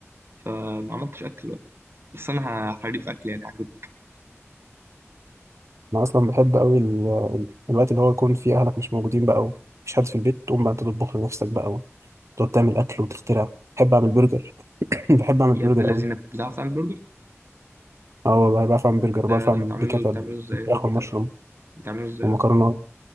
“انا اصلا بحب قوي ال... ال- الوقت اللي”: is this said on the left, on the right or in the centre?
Right